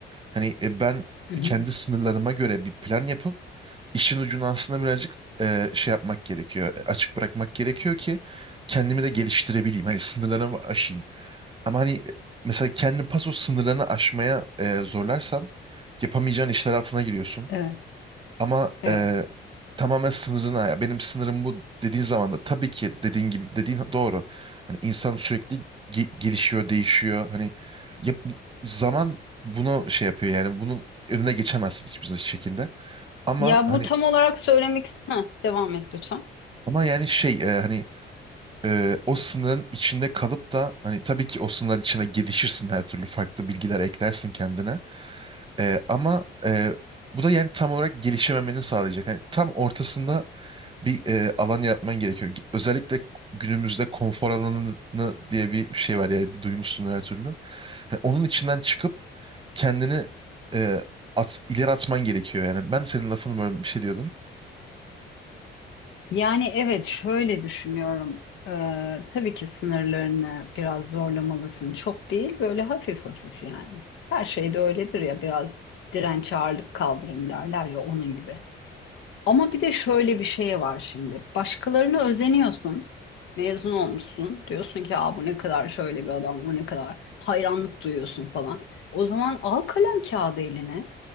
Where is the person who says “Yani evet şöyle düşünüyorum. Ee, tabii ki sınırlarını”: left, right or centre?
Left